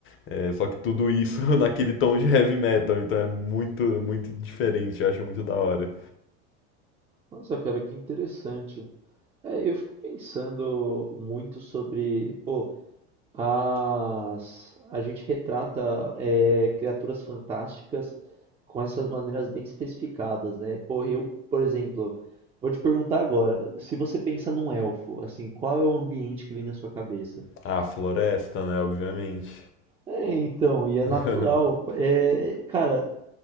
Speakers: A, on the left (about 35°); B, on the right (about 15°).
A: é, só que tudo isso <laughs> naquele tom de heavy metal, então é muito, muito diferente, eu acho muito da hora.
B: Nossa, cara, que interessante. É, eu fico pensando muito sobre, pô, as... a gente retrata é, criaturas fantásticas com essas maneiras bem especificadas, né? Pô, eu, por exemplo, vou te perguntar agora, se você pensa num elfo, assim, qual é o ambiente que vem na sua cabeça?
A: Ah, floresta, né, obviamente.
B: É, então, e é
A: <laughs>
B: natural. É, cara,